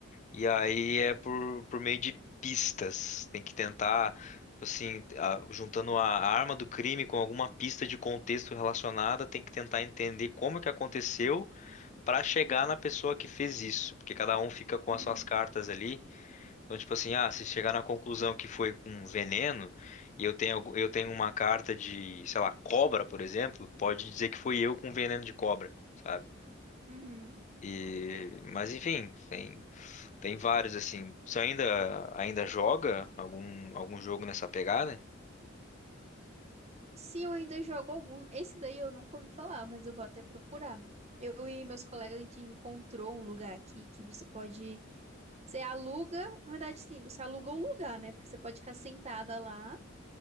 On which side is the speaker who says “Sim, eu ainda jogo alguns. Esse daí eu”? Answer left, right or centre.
Right